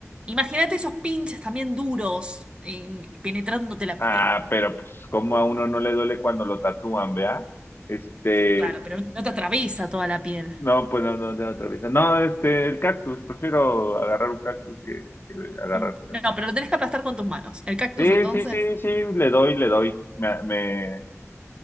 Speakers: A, on the right; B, on the left.
A: Imagínate esos pinches también duros, eh, penetrándote la
B: Ah,
A: piel.
B: pero pues como a uno no le duele cuando lo tatúan, ¿vea? Este,
A: Claro, pero no te atraviesa toda la piel.
B: no, pues no, no, de otra vez. No, este, el cactus, prefiero agarrar un cactus que, que agarrar.
A: Un-
B: un cactus.
A: no, pero lo tenés que aplastar con tus manos. El cactus,
B: Sí,
A: entonces,
B: sí, sí, sí, le doy, le doy. Me, me,